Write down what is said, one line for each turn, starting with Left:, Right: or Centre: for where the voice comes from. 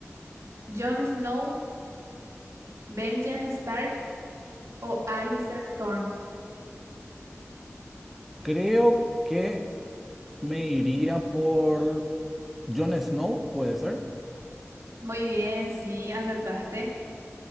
Right: Jon Snow, Benjen Stark o Alistair Thorne.
Centre: creo que me iría por Jon Snow, ¿puede ser?
Right: Muy bien, sí, acertaste.